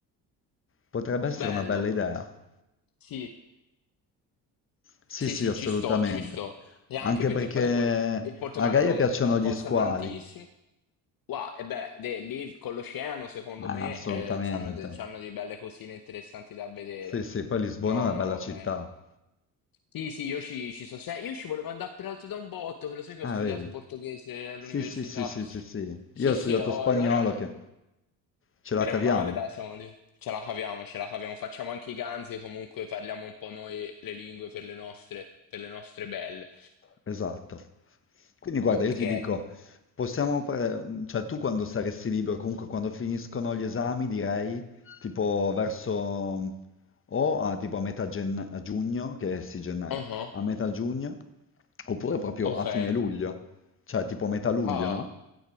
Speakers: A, on the left; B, on the left.
A: potrebbe essere
B: bello.
A: una bella idea.
B: Sì.
A: Sì,
B: Sì,
A: sì,
B: sì,
A: assolutamente.
B: ci sto, ci sto. E anche
A: Anche
B: perché
A: perché
B: poi dopo il Portogallo
A: a Gaia
B: non,
A: piacciono
B: non costa
A: gli squali.
B: tantissimo. Wow, e beh, de- lì con l'oceano, secondo
A: Ah,
B: me,
A: assolutamente.
B: eh, c'hanno, de- c'hanno delle belle cosine interessanti da vedere.
A: Sì, sì, poi Lisbona
B: No,
A: è una
B: no,
A: bella città.
B: ok. Sì, sì, io ci, ci so. se- Io ci volevo andare peraltro da un botto, che lo sai che
A: Ah,
B: ho studiato
A: vedi?
B: portoghese all'università.
A: Sì, sì, sì, sì, sì, sì.
B: Sì,
A: Io ho studiato
B: sì, oh,
A: spagnolo
B: allora.
A: che ce la
B: Bene
A: caviamo.
B: o male, dai, siamo lì. Ce la caviamo, ce la caviamo. Facciamo anche i ganzi, comunque parliamo un po' noi le lingue per le nostre, per le nostre belle.
A: Esatto. Quindi guarda,
B: Ok.
A: io ti dico, possiamo, pre- cioè tu quando saresti libero, comunque quando finiscono gli esami, direi tipo verso o a, tipo a metà gen- a giugno, che è sì gennaio,
B: uh
A: a metà giugno, oppure proprio
B: Ok.
A: a fine luglio, cioè tipo metà luglio,
B: Ah.
A: no?